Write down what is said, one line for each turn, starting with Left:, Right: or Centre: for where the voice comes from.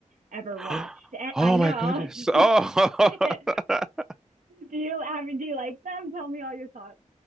Right: ever
Centre: <gasps>
Right: watched. And
Centre: Oh
Right: I know.
Centre: my goodness.
Right: <laughs>
Centre: Oh.
Right: do
Centre: <laughs>
Right: you have do you like them? Tell me all your thoughts.